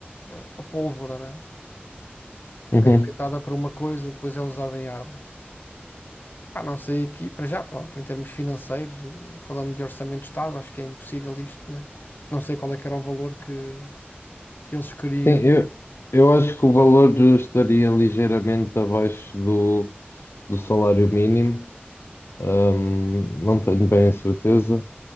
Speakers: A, on the left; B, on the left.
A: eh, a, pólvora, né? Foi
B: <laughs>
A: inventada para uma coisa, depois é usada em armas. Epá, não sei aqui, para já, pronto, em termos financeiros e, e falando de orçamento de Estado, acho que é impossível isto, né? Não sei qual é que era o valor que, que eles queriam
B: Sim, eu, eu acho que o valor estaria ligeiramente abaixo do, do salário mínimo, Hum, não tenho bem a certeza.